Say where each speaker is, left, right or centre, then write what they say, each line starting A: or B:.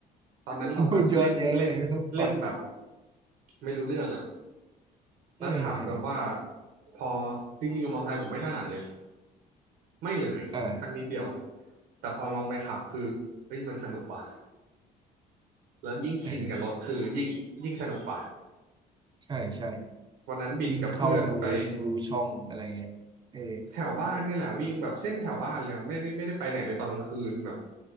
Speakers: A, on the right; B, on the right.
A: ตอนนั้นเราก็เล่น
B: ร <laughs> ดูย้อนแย้งยังไงไมฟัง
A: เล่นเล่นแบบไม่รู้เรื่องอะ
B: เออเออ
A: แล้วขับแบบว่าพอจริงๆกับมอเตอร์ไซค์ผมไม่ถนัดเลยไม่เลยสักนิดเดียว
B: อ่า
A: แต่พอลองไปขับคือเฮ้ยมันสนุกว่ะแล้วยิ่งชินกับรถคือยิ่งยิ่งสนุกว่ะ
B: เออใช่ใช่
A: วันนั้นบิดกับเพื่อนไป
B: ยิ่งเข้ามือยิ่งรู้ช่องอะไรเงี้ยเออ
A: แถวบ้านเนี่ยแหละวิ่งแบบเส้นแถวบ้านเลยครับไม่ได้ไม่ได้ไปไหนเลยตอนกลางคืนแบบ